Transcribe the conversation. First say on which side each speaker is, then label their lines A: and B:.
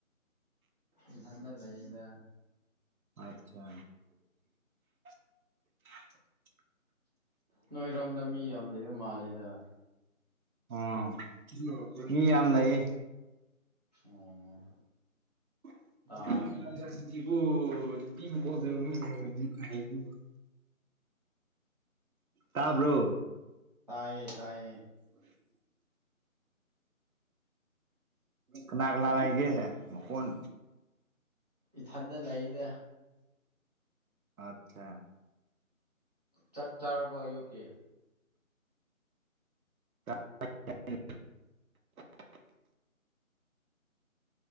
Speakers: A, on the right; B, on the right.
A: ꯏꯊꯟꯗ ꯂꯩꯗ
B: ꯑꯠꯆꯥ <inaudible>
A: ꯅꯣꯏꯔꯣꯝꯗ ꯃꯤ ꯌꯥꯝ ꯂꯩꯕ ꯃꯥꯜꯂꯤꯗ
B: ꯑꯪ ꯃꯤ ꯌꯥꯝ ꯂꯩꯌꯦ
A: ꯑꯣ
B: <unintelligible>
A: ꯇꯥꯏꯌꯦ
B: ꯇꯥꯕ꯭ꯔꯣ
A: ꯇꯥꯕ꯭ꯔꫭ ꯇꯥꯏꯌꯦ ꯇꯥꯏꯌꯦ
B: <inaudible> ꯀꯅꯥ ꯀꯅꯥ ꯂꯩꯒꯦ ꯃꯈꯣꯟ
A: ꯏꯊꯟꯗ ꯂꯩꯗ
B: ꯑꯠꯆꯥ
A: ꯆꯥꯛ ꯆꯥꯔꯕꯣ ꯑꯌꯨꯛꯀꯤ
B: <unintelligible>